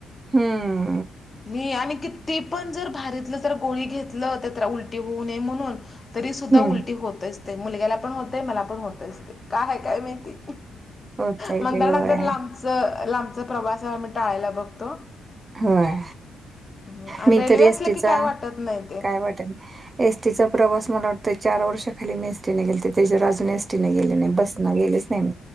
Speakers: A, on the right; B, on the left.
A: हम.
B: मी आणि किती पण जर भरीतली जर गोळी घेतली. त्या उलटी होऊ नये म्हणून तरी सुद्धा
A: हम्म
B: उलटी होतेच. मुलग्याला पण होते मला पण होतच काय काय माहिती
A: होतय
B: म्हणताना
A: ते होय
B: लांबच लांबचा प्रवास मी टाळायला बघतो.
A: होय
B: आणि
A: मी
B: रेल्वे
A: तरी
B: असलं
A: एसटीचा
B: की काय वाटत नाही ते
A: काय वाटल. एसटीचा प्रवास मला वाटतोय चार वर्षाखाली मी एस टी न गेलते त्याच्यावर अजून एसटीने गेले नाही बसन गेले. नाही म